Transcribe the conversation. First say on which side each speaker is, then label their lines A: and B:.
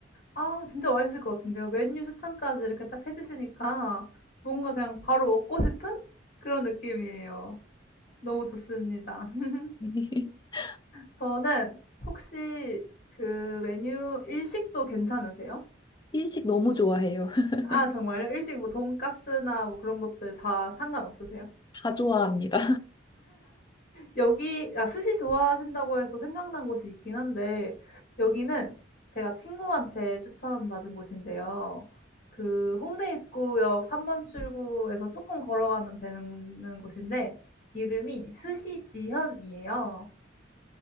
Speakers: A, on the left; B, on the left.
A: 아 진짜 맛있을 것 같은데요. 메뉴 추천까지 이렇게 딱 해 주시니까 뭔가 그냥 바로 먹고 싶은 그런 느낌이에요. 너무 좋습니다. <laughs>
B: <laughs>
A: 저는 혹시 그 메뉴 일식도 괜찮으세요?
B: 일식 너무 좋아해요. <laughs>
A: 아 정말요? 일식 뭐 돈까스나 뭐 그런 것들 다 상관없으세요?
B: 다 좋아합니다.
A: 여기 아 스시 좋아하신다고 해서 생각난 곳이 있긴 한데 여기는 제가 친구한테 추천받은 곳인데요. 그 홍대 입구역 3번 출구에서 조금 걸어가면 되는 곳인데 이름이 스시지현이에요.